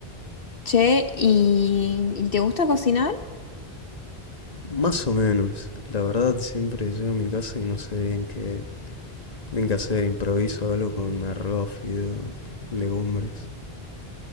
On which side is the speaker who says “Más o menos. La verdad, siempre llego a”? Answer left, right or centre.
Left